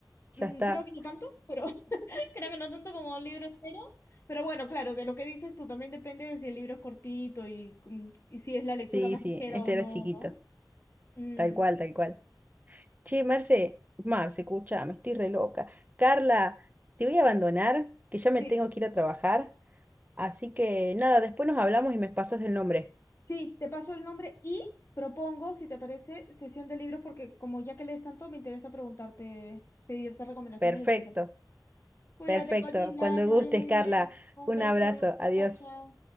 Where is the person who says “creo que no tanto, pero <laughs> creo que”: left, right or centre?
Left